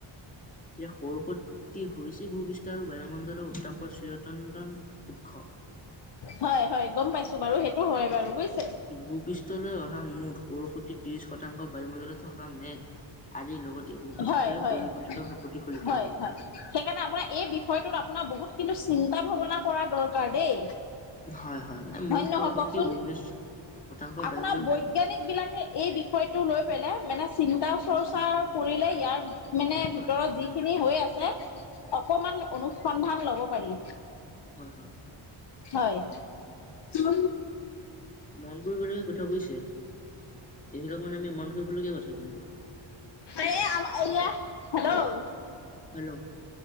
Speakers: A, on the left; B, on the left.
A: এতিয়া সৌৰ শক্তি হৈছে ভূপৃষ্ঠ আৰু বায়ুমণ্ডলৰ উত্তাপৰ চিৰতন্ত উৎস।
B: হয় হয় গম পাইছো বাৰু সেইটো হয় বাৰু বুইছ
A: ভূপৃষ্ঠলৈ অহা মুঠ সৌৰ শক্তি ত্ৰিশ শতাংশ বায়ুমণ্ডত থকা মেঘ আদিৰ লগতে ভূপৃষ্ঠৰে
B: হয়, হয়,
A: পৰিফলিত প্ৰতিফলিত
B: হয়,
A: কৰে
B: হয়।
A: কিন্তু।
B: সেইকাৰণে আপোনাৰ এই বিষয়টোত আপোনাৰ বহুত কিন্তু চিন্তা ভাৱনা কৰা দৰকাৰ দেই।
A: হয় হয় মুঠ
B: ধন্য
A: সৌৰশক্তি
B: হয় কওকচোন
A: ঊনৈশ শতাংশ
B: আপোনাৰ
A: বায়ুমণ্ডলত
B: বৈজ্ঞানিক বিলাকে এই বিষয়টো লৈ পেলে মানে চিন্তা চৰ্চা কৰিলে ইয়াৰ মানে
A: হয়
B: ভিতৰত
A: হয়
B: যিখিনি হৈ আছে অকণমান অনুসন্ধান লব পাৰি
A: হয় হয়
B: হয় উ
A: মন কৰিবলগীয়া কথা বুজিছে এইবিলাক মানে আমি মন কৰিবলগীয়া কথা কিন্তু
B: এয়া হেল্ল'
A: হেল্ল'